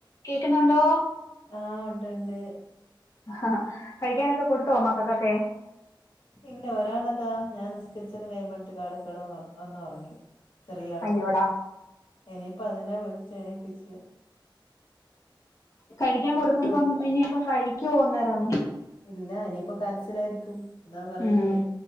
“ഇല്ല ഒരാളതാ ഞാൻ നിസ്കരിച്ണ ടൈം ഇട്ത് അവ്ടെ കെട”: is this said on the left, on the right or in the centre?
Left